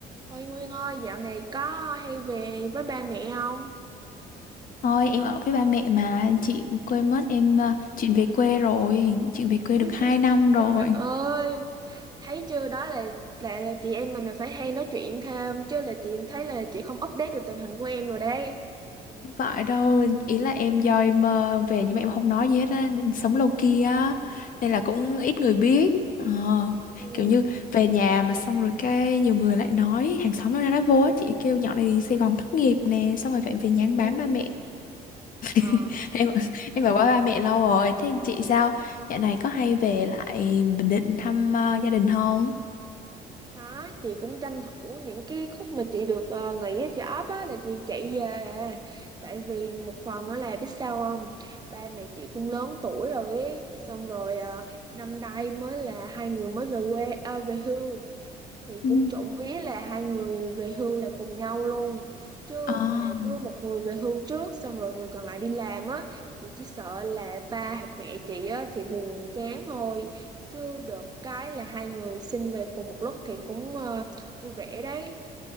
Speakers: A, on the right; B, on the left.
A: Ôi Nguyên ơi, dạo này có hay về với ba mẹ không?
B: Thôi em ở với ba mẹ mà chị quên mất em à, chuyện về quê rồi chuyện
A: <laughs>
B: về quê được 2 năm rồi
A: Trời ơi, thấy chưa đó là là, là chị em mình là phải hay nói chuyện thêm chứ là chị em thấy là chị không update được tình hình của em rồi đấy.
B: không phải đâu ý là em do em à, về nhưng mà em không nói gì hết á nên sống lâu kia á nên là cũng
A: Dạ.
B: ít người biết Ờ,
A: Ừ.
B: kiểu như về nhà mà xong rồi cái nhiều người lại nói hàng xóm nó nói vô á chị kêu nhỏ này đi Sài Gòn thất nghiệp nè xong rồi phải về nhà ăn
A: Ừ.
B: bám ba mẹ <laughs>
A: Ờ.
B: em em ở với ba mẹ lâu rồi thế chị sao dạo này có hay về lại Bình Định thăm à, gia đình không
A: Có, chị cũng tranh thủ những cái khúc mà chị được ờ, nghỉ ở chợ ấp á là chị chạy về à. Tại vì một phần á là biết sao không? Ba mẹ chị cũng lớn tuổi rồi ấy. Xong rồi ờ, năm nay mới là hai người mới về quê ờ, về hưu thì
B: Ừ.
A: cũng trộm vía là hai người về hưu là cùng nhau luôn chứ
B: Ờ. À.
A: mà cứ một người về hưu trước xong rồi người còn lại đi làm á chị chỉ sợ là ba hoặc mẹ chị á thì buồn chán thôi chứ được cái là hai người xin về cùng một lúc thì cũng ờ, vui vẻ đấy